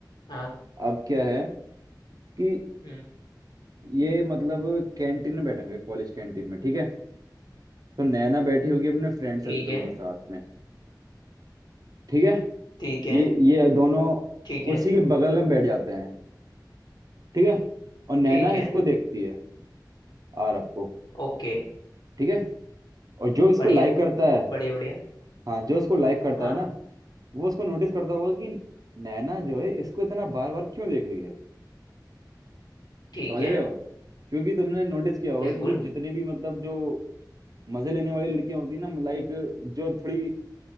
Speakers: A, on the left; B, on the right.
A: हाँ
B: अब क्या है कि
A: हम्म
B: ये मतलब कैंटीन में बैठेंगे कॉलेज कैंटीन में ठीक है तो नैना बैठी होगी अपने फ्रेंड सर्कल
A: ठीक है
B: में साथ में ठीक है
A: ठीक है
B: ये ये दोनों
A: ठीक है
B: उसी के बगल में बैठ जाते हैं ठीक है और नैना
A: ठीक है
B: इसको देखती है आरव को
A: ओके
B: ठीक है और जो इसको
A: बढ़िया
B: लाइक करता है
A: बढ़िया बढ़िया
B: हाँ जो इसको लाइक करता
A: हाँ
B: है ना वो उसको नोटिस करता होगा कि नैना जो है इसको इतना बार बार क्यों देख रही है
A: ठीक
B: समझ
A: है
B: रहे हो क्योंकि तुमने नोटिस किया होगा
A: बिल्कुल
B: क्योंकि जितने भी मतलब जो मजे लेने वाली लड़कियां होती है ना लाइक जो थोड़ी